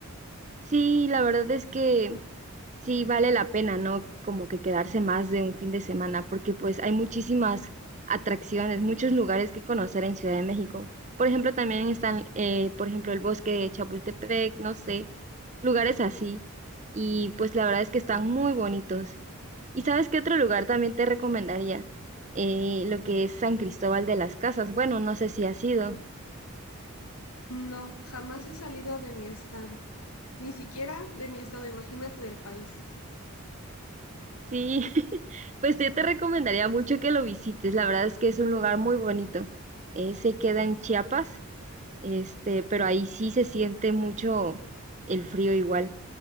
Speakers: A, on the right; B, on the left.
A: Sí, la verdad es que sí vale la pena, ¿no? Como que quedarse más de un fin de semana, porque pues hay muchísimas atracciones, muchos lugares que conocer en Ciudad de México. Por ejemplo, también están, eh, por ejemplo, el bosque de Chapultepec, no sé, lugares así. Y pues la verdad es que están muy bonitos. ¿Y sabes qué otro lugar también te recomendaría? Eh, lo que es San Cristóbal de las Casas. Bueno, no sé si has ido.
B: No, jamás he salido de mi estado, ni siquiera de mi estado, imagínate del país.
A: Sí, <laughs> pues yo te recomendaría mucho que lo visites. La verdad es que es un lugar muy bonito. Eh, se queda en Chiapas, este, pero ahí sí se siente mucho el frío igual,